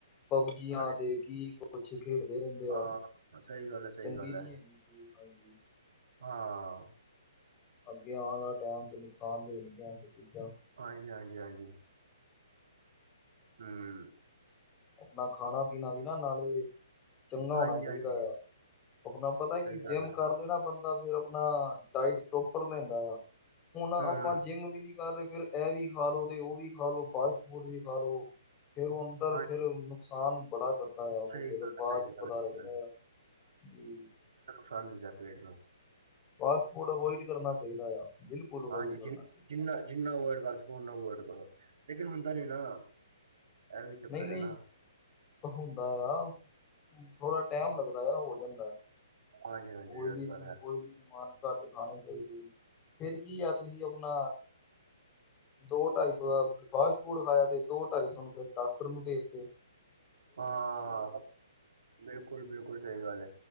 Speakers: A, on the left; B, on the right.
A: ਪਬਜੀਆਂ
B: ਹਾਂਜੀ
A: ਤੇ ਕੀ ਕੁਛ ਖੇਡਦੇ ਰਹਿੰਦੇ
B: ਹਾਂ
A: ਆ।
B: ਸਹੀ ਗੱਲ ਹੈ ਸਹੀ
A: ਚੰਗੀ
B: ਗੱਲ
A: ਨੀ
B: ਹੈ
A: ਹੈਗੀ ਜੇ ਹਾਂਜੀ।
B: ਹਾਂ।
A: ਅੱਗੇ ਆਣ ਵਾਲਾ ਟਾਈਮ ਚ ਨੁਕਸਾਨ ਦੇਣਗੀਆਂ ਇਹ ਚੀਜ਼ਾਂ।
B: ਹਾਂਜੀ ਹਾਂਜੀ ਹਾਂਜੀ। ਹਂ।
A: ਆਪਣਾ ਖਾਣਾ-ਪੀਣਾ ਵੀ ਨਾ ਨਾਲੇ ਚੰਗਾ
B: ਹਾਂਜੀ-ਹਾਂਜੀ
A: ਹੋਣਾ ਚਾਈਦਾ ਆ। ਆਪਣਾ ਪਤਾ
B: ਸਹੀ
A: ਕੀ
B: ਗੱਲ
A: ਜਿੰਮ
B: ਆ
A: ਕਰ ਲੈਣਾ ਬੰਦ ਫਿਰ ਆਪਣਾ ਡਾਇਟ ਪ੍ਰੋਪਰ ਲੈਂਦਾ ਆ ਹੁਣ ਆਪਾਂ
B: ਹੂੰ
A: ਜਿੰਮ ਵੀ ਨੀ ਕਰ ਰਹੇ ਫੇਰ ਇਹ ਵੀ ਖਾਲੋ ਤੇ ਉਹ ਵੀ ਖਾਲੋ ਫਾਸਟ ਫੂਡ ਵੀ ਖਾਲੋ ਫੇਰ ਉਹ ਅੰਦਰ
B: ਹਾਂ
A: ਫੇਰ ਨੁਕਸਾਨ ਬੜਾ ਕਰਦਾ ਆ ਉਹ
B: ਸਹੀ
A: ਫਿਰ
B: ਗੱਲ
A: ਬਾਅਦ
B: ਹੈ, ਸਹੀ ਗੱਲ
A: ਪਤਾ
B: ਹੈ, ਸਹੀ
A: ਲੱਗਦਾ
B: ਗੱਲ
A: ਆ। ਜੀ।
B: ਸਦ ਦਿੰਦਾ ਪੇਟ ਨੂੰ।
A: ਫਾਸਟ ਫੂਡ ਅਵੋਇਡ ਕਰਨਾ ਚਾਈਦਾ ਆ। ਬਿਲਕੁਲ ਅਵੋਇਡ
B: ਹਾਂਜੀ,
A: ਕਰਨਾ
B: ਜੀ
A: ਚਾਹੀਦਾ
B: ਜਿੰਨਾ, ਜਿੰਨਾ ਅਵੋਇਡ ਕਰ ਸਕੋ, ਓਨਾਂ ਅਵੋਇਡ ਕਰੋ ਲੇਕਿਨ ਹੁੰਦਾ ਨੀ ਨਾ। ਇਹ ਵੀ ਚੱਕਰ
A: ਨਈਂ ਨਈਂ,
B: ਹੈ ਨਾ,
A: ਹੁੰਦਾ ਆ ਥੋੜਾ ਟਾਈਮ ਲੱਗਦਾ ਆ ਹੋ ਜਾਂਦਾ।
B: ਹਾਂਜੀ ਹਾਂਜੀ
A: ਓਇਲੀ
B: ਇਹ ਤੇ ਗੱਲ ਹੈ।
A: ਓਇਲੀ ਸਮਾਨ ਘੱਟ ਖਾਣੇ ਚਾਹੀਦੇ ਨੇ। ਫਿਰ ਕੀ ਆ ਤੁਸੀਂ ਆਪਣਾ ਦੋ ਢਾਈ ਸੌ ਦਾ ਫਾਸਟ ਫੂਡ ਖਾਇਆ ਤੇ ਦੋ ਢਾਈ ਸੌ ਨੂੰ ਫਿਰ ਡਾਕਟਰ ਨੂੰ ਦੇਤੇ।
B: ਹਾਂ, ਬਿਲਕੁਲ ਬਿਲਕੁਲ, ਸਹੀ ਗੱਲ ਐ।